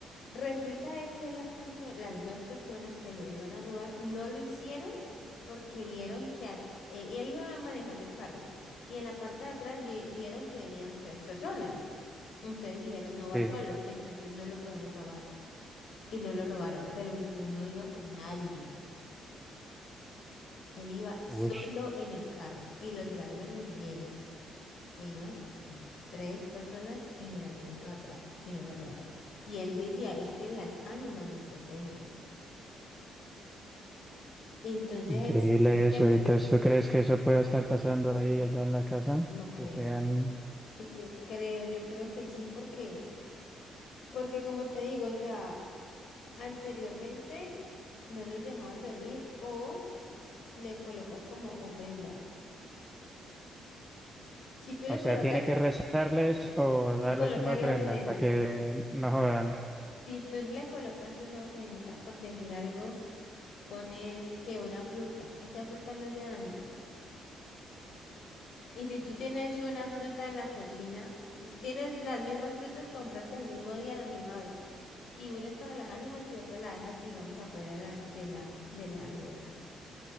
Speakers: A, on the left; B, in the centre.
A: Resulta de que la perso- las dos personas que lo iban a robar no lo hicieron porque vieron que a- eh, él iba manejando el carro y en la parte de atrás vi- vieron que venían tres personas. Entonces dijeron, no va
B: sí.
A: solo, entonces no lo podemos robar y no lo robaron, pero mi tío no iba con nadie. Él iba solo
B: Uy,
A: en el carro y los ladrones vieron que iban tres personas en el asiento atrás y no lo robaron. Y él decía, es que las ánimas me protegen. Entonces
B: increíble
A: él siempre,
B: eso. ¿Y entonces tú crees que eso pueda estar pasando ahí allá en la casa?
A: yo
B: Que
A: creo,
B: sean,
A: <laughs> yo creo, yo creo que sí, porque, porque como te digo, o sea, anteriormente no nos dejaban dormir o le colocas como ofrendas. Si tú le
B: o sea,
A: colocas
B: tiene que rezarles o darles
A: O colocarle
B: una ofrenda
A: ofrenda.
B: para que
A: Si,
B: no jodan.
A: si tú le colocas una ofrenda, por decir algo, pones que una fruta. Esa fruta no se daña. Y si tú tienes una fruta en la cocina, tienes las mismas frutas que compraste el mismo día, la misma vez. Y una es para las ánimas y otra la dejas, digamos, afuera de la, de la, de la nevera.